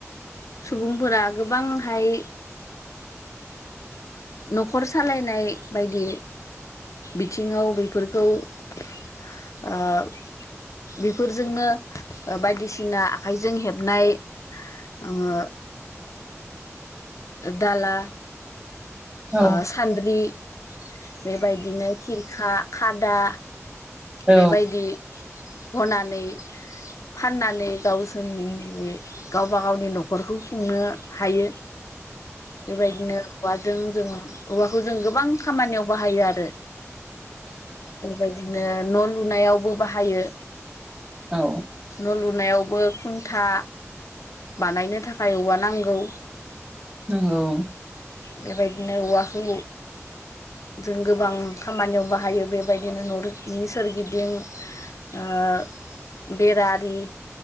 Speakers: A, on the left (about 80°); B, on the right (about 20°).
A: सुबुंफोरा गोबांहाय न'खर सालायनाय बायदि बिथिंङाव बेफोरखौ ओ- बेफोरजोंनो बायदिसिना ओ-आखाइजों हेबनाय ओ- दाला
B: औ
A: ओ-सान्द्रि। बेबायदिनो खिरखा खादा।
B: औ
A: बेबायदि हनानै फाननानै गावसोरनि गावबा गावनि न'खरखौ खुंनो हायो। बेबायदिनो औवाजों जों औवाखौ जों गोबां खामानियाव बाहायो आरो बेबायदि दिनो न' लुनायावबो बाहायो।
B: औ।
A: न' लुनायावबो खुन्था बानायनो थाखाय औवा नांगौ।
B: नंगौ।
A: बेबायदिनो औवाखौ जों गोबां खामानियाव बाहायो बेबायदिनो न' नि सोरगिदिं ओ-बेरा आरि